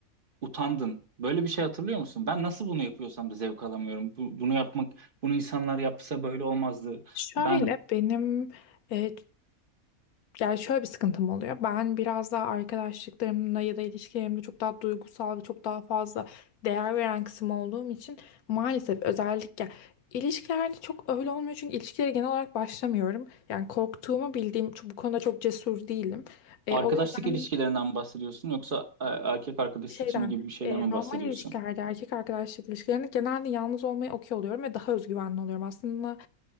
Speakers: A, on the right; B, on the left.
A: utandın. Böyle bir şey hatırlıyor musun? Ben nasıl bunu yapıyorsam da zevk alamıyorum. Bu- bunu yapmak, bunu insanlar yapsa böyle olmazdı.
B: Şöyle
A: Ben
B: benim e, yani şöyle bir sıkıntım oluyor. Ben biraz daha arkadaşlıklarımla ya da ilişkilerimde çok daha duygusal ve çok daha fazla değer veren kısım olduğum için maalesef özellikle ilişkilerde çok öyle olmuyor. Çünkü ilişkilere genel olarak başlamıyorum. Yani korktuğumu bildiğim bu konuda çok cesur değilim. E,
A: arkadaşlık
B: o yüzden
A: ilişkilerinden mi bahsediyorsun yoksa e, erkek arkadaş
B: şeyden
A: seçimi gibi bir şeyden
B: e,
A: mi
B: normal
A: bahsediyorsun?
B: ilişkilerde erkek arkadaşlık ilişkilerinde genelde yalnız olmayı okey oluyorum ve daha özgüvenli oluyorum. Aslında